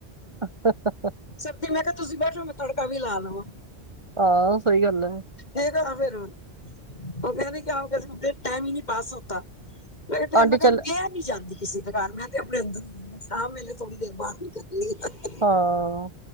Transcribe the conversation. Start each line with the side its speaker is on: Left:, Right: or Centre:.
Right: ਅੱਛ ਅੱੱਛ
Left: ਸਬਜ਼ੀ ਮੈਂ ਕਿਹਾ ਤੁਸੀਂ ਬੈਠੋ ਮੈਂ ਤੜਕਾ ਵੀ ਲਾ ਲਵਾਂ
Right: ਹਾਂ ਸਹੀ ਗੱਲ ਹੈ
Left: ਹਗਾ ਬਰਨ ਉਹ ਕਹਿੰਦੀ ਕਿ ਟਾਈਮ ਹੀ ਨਹੀਂ ਪਾਸ ਹੋਤਾ ਮੇ
Right: ਆਂਟੀ
Left: ਮੈਂਗਰ
Right: ਚੱਲ
Left: ਮੈਂ ਨੀ ਜਾਂਦੀ ਕਿਸੇ ਦੇ ਘਰ, ਮੈਂ ਤੇ ਆਪਣੇ ਅੰਦਰ ਸਾਮ ਵੇਲੇ ਥੋੜੀ ਦੇਰ ਬਾਹਰ ਨਿਕਲਦੀ ਨ
Right: ਹਾਂ,